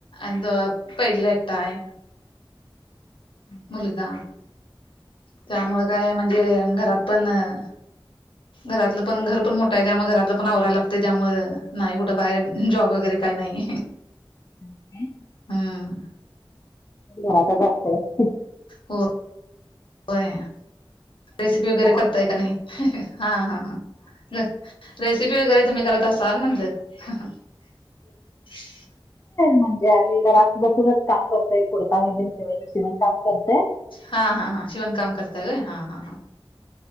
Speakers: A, on the left; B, on the left.
A: अ द पहिलीला एकटा आहे.
B: तुमच्या?
A: मुलगा त्यामुळ काय म्हणजे घरात पण ह घरातलं पण घर पण मोठं आहे त्यामुळे घरातलं पण आवरायला लागत त्यामुळे नाही कुठं बाहेर जॉब वगैरे काही नाही.
B: कितवीला आहेत?
A: हम्म
B: घरातच असत.
A: हो होय रेसिपी वगैरे
B: घरातच
A: करताय
B: असते
A: का नाही हा हा ह रेसिपी वगैरे तुम्ही करत असाल म्हटलं. ह.
B: म्हणजे आम्ही घरात बसूनच काम करतय कुर्ता वगैरे शेवय शेवण काम करतेय.
A: हा हा हां शिवण काम करतायय हा हा हां.